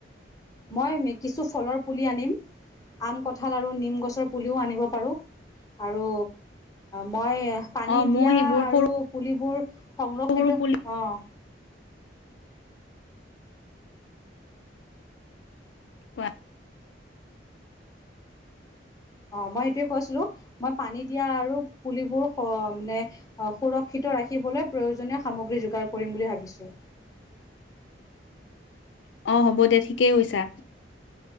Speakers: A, on the left (about 20°); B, on the left (about 80°).
A: মই মে কিছু ফলৰ পুলি আনিম আম, কঁঠাল, আৰু নিম গছৰ পুলিও আনিব পাৰোঁ আৰু মই পানী
B: অ মই
A: দিয়া
B: সেইবোৰ
A: আৰু
B: সৰু
A: পুলিবোৰ সংৰক্ষিত
B: সৰু পুলি
A: অ'
B: কোৱা।
A: অ' মই সেইটোৱে কৈ আছিলোঁ মই পানী দিয়া আৰু পুলিবোৰ স মানে সুৰক্ষিত ৰাখিবলৈ প্ৰয়োজনীয় সামগ্ৰী যোগাৰ কৰিম বুলি ভাবিছোঁ।
B: <inaudible> অ' হ'ব দে ঠিকেই কৈছা।